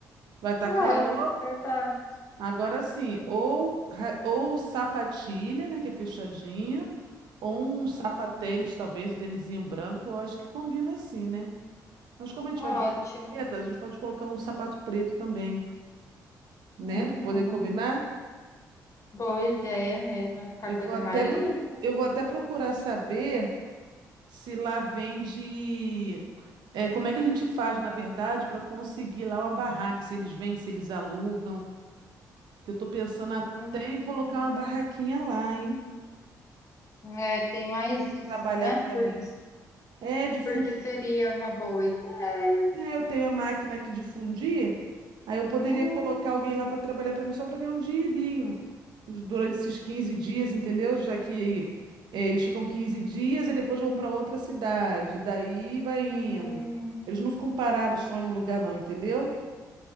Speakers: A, on the right; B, on the left.
A: Vai estar
B: É,
A: calor.
B: verdade.
A: Agora sim, ou, ra- ou sapatilha, né? Que é fechadinha. Ou um
B: Uhum.
A: sapatênis, talvez, um tênisinho branco, eu acho que combina assim, né? Mas como a gente
B: Ótimo.
A: vai de roupa preta, a gente pode colocar um sapato preto também, né?
B: Uhum.
A: Para poder combinar.
B: Boa ideia mesmo. Vai ficar
A: Eu
B: a coisa
A: vou até,
B: mais linda.
A: pro- eu vou até procurar saber se lá vende. É, como é que a gente faz, na verdade, para conseguir lá uma barraca? Se eles vendem, se eles alugam. Que eu tô pensando até
B: Hum.
A: em colocar uma barraquinha lá, hein?
B: É, tem mais isso,
A: Trabalhar
B: né?
A: para
B: Porque,
A: mim. É, difundir
B: porque seria uma boa ideia.
A: É, eu tenho a máquina aqui de fundir, aí eu poderia
B: Hum.
A: colocar alguém lá para trabalhar para mim só para ganhar um dinheirinho durante esses 15 dias, entendeu? Já que eh, eles ficam 15 dias e depois vão para outra cidade, daí vai indo.
B: Uhum.
A: Eles não ficam parados só em um lugar, não, entendeu?